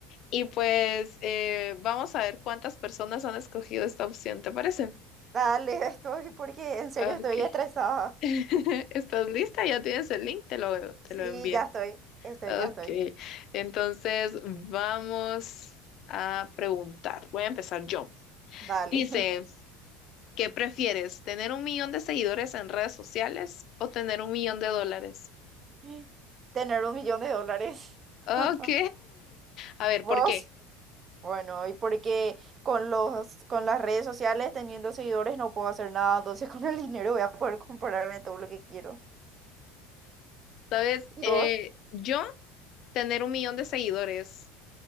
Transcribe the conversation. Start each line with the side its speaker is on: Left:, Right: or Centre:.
Left: y pues eh, vamos a ver cuántas personas han escogido esta opción, ¿te parece?
Right: Dale, <laughs> estoy, porque en serio
Left: Ok.
Right: estoy estresada.
Left: <laughs> ¿Estás lista? Ya tienes el link, te lo, te
Right: Sí,
Left: lo envié.
Right: ya estoy, estoy,
Left: Ok,
Right: ya estoy.
Left: entonces vamos a preguntar. Voy a empezar yo.
Right: Dale.
Left: Dice, ¿qué prefieres? ¿Tener un millón de seguidores en redes sociales o tener un millón de dólares?
Right: <laughs> Tener un millón de dólares.
Left: Ok,
Right: <laughs>
Left: a ver,
Right: ¿Vos?
Left: ¿por qué?
Right: Bueno, y porque con los, con las redes sociales, teniendo seguidores, no puedo hacer nada, entonces con el dinero voy a poder comprarme todo lo que quiero.
Left: Sabes,
Right: ¿Y
Left: Eh,
Right: vos?
Left: yo tener un millón de seguidores,